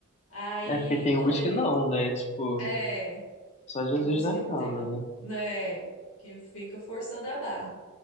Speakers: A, on the left (about 65°); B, on the left (about 30°).
A: Aí
B: É porque tem
A: quando
B: umas
A: ele.
B: que não, né? Tipo,
A: É.
B: só Jesus
A: Tem umas
B: na
A: que não
B: causa,
A: tem, não.
B: né?
A: Né? Que fica forçando a barra.